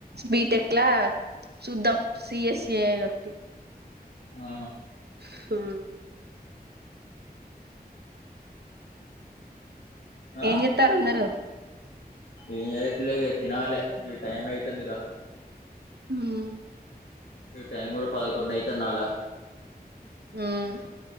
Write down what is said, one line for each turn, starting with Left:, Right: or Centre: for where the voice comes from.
Right: బీటెక్ లా చూద్దం సిఎస్సి ఏదో ఒకటి
Left: ఆ
Right: హూ
Left: ఆ
Right: ఏం చేత్తారు అందరు
Left: ఏం చేయట్లే ఇగ తినాలే ఇగ టైం అయితిందిగ
Right: హమ్
Left: ఈ టైం కూడా పదకొండు అయితున్నాలా
Right: ఉమ్